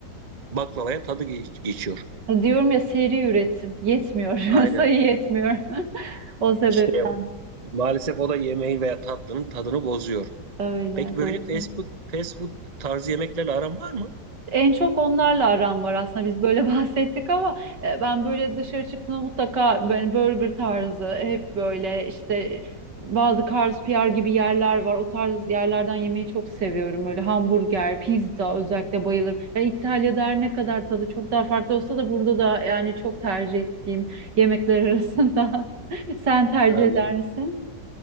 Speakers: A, on the right; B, on the right.
A: baklavaya tadı geç- geçiyor.
B: Diyorum ya seri üretim yetmiyor. <laughs>
A: Aynen.
B: Sayı yetmiyor. <laughs> O sebepten
A: İşte o. maalesef o da yemeğin veya tatlının tadını bozuyor.
B: öyle
A: Peki böyle
B: doğru.
A: fast food, fast food tarzı yemeklerle aran var mı?
B: En çok onlarla aram var aslında biz böyle <laughs> bahsettik ama e, ben böyle dışarı çıktığımda mutlaka böyle burger tarzı hep böyle işte bazı Carl's PR gibi yerler var. O tarz yerlerden yemeyi çok seviyorum. Böyle hamburger, pizza özellikle bayılırım. Ya İtalya'da her ne kadar tadı çok daha farklı olsa da burada da yani çok tercih ettiğim yemekler arasında. <laughs> Sen tercih
A: Anladım.
B: eder misin?